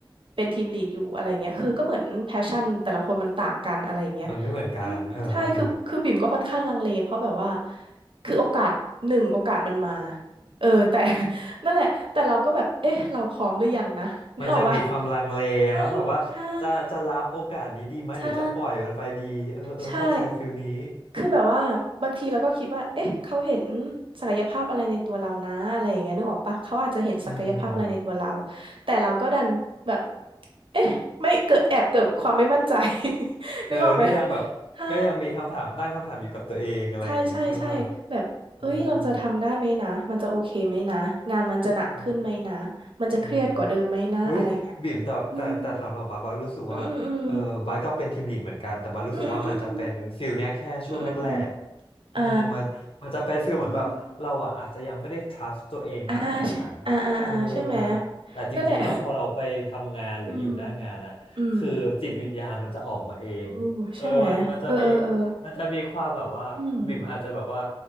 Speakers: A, on the right (about 75°); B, on the left (about 90°).
A: เป็นทีมลีดอยู่อะไรอย่างเงี้ยคือก็เหมือนแพชชั่นแต่ละคนมันต่างกันอะไรอย่างเงี้ย
B: มันไม่เหมือนกันเออเออ
A: อืมใช่คือคือบิ่มก็ค่อนข้างลังเลเพราะแบบว่าคือโอกาสหนึ่งโอกาสมันมาเออแต่ <laughs> นั่นแหละแต่เราก็แบบเอ๊ะเราพร้อมหรือยังนะนึกออกปะ
B: มันยังมีความลังเลเนาะแบบว่าจะจะรับโอกาสนี้ดีไหมหรือจะปล่อยมันไปดีเออเออเข้าใจฟิลนี้
A: ใช่ใช่ใช่ใช่คือแบบว่าบางทีเราก็คิดว่าเอ๊ะเขาเห็นศักยภาพอะไรในตัวเรานะอะไรอย่างเงี้ยนึกออกปะเขาอาจจะเห็นศักยภาพอะไรในตัวเรา
B: เออ
A: แต่เราก็ดันแบบเอ๊ะไม่เกิดแอบเกิดความไม่มั่นใจ <laughs>
B: เออก็ยังแบบก็ยังมีคำถามตั้งคำถามอยู่กับตัวเองอะไรอย่างงี้ใช่ไหม
A: นึกออกไหมใช่ ใช่ใช่ใช่แบบเอ้ยเราจะทำได้ไหมนะมันจะโอเคไหมนะงานมันจะหนักขึ้นไหมนะมันจะเครียดกว่าเดิมไหมนะอะไรเงี้ย
B: เออเออ อืมอุ้ยบิ่มแต่แต่แต่สำหรับบาสบาสรู้สึกว่าเออบาสก็เป็นทีมลีดเหมือนกันแต่บาสรู้สึกว่ามันจะเป็นฟิลเนี้ยแค่ช่วงแรกๆอืมมันมันจะเป็นฟิลเหมือนแบบเราอ่ะอาจจะยังไม่ได้
A: อืมอืมอืมอืมอืมอืมอืมอืมอืมอ่าอืมอืม
B: trust ตัวเองมากขนาดนั้นเออ
A: อ่าอ่าอ่าอ่าใช่ไหม
B: แต่จริงๆแล้วพอเราไปทำงานหรืออยู่หน้างานอะคือจิตวิญญาณมันจะออกมาเองเออมันมันจะมี
A: นั่นแหละ <laughs> อืมอืมอู้ใช่ไหมเออเออเออ
B: มันจะมีความแบบว่าบิ่มอาจจะแบบว่า
A: อืม